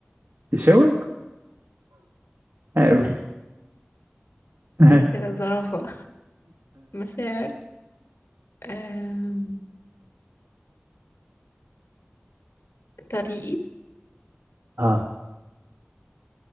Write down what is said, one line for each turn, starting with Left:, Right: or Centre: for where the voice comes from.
Right: تشاور قوي <laughs>
Left: يلا زرافة مشاعر آم، طريقي
Right: اه